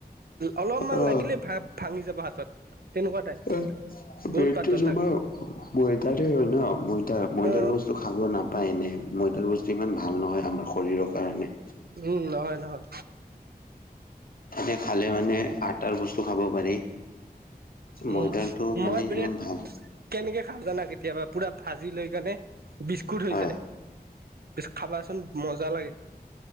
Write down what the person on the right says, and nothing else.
অলপমান
লাগিলে ভা ভাঙি যাব হাতত। তেনেকুৱা টাইপ
বহুত
পাতল
থাকে
অ
উম, নহয় নহয়।
উম,
মই ব্ৰেড
কেনেকে খাওঁ জানা? কেতিয়াবা পুৰা ভাজি লৈ কেনে বিস্কুট হৈ
যায়। খাবাচোন মজা লাগে।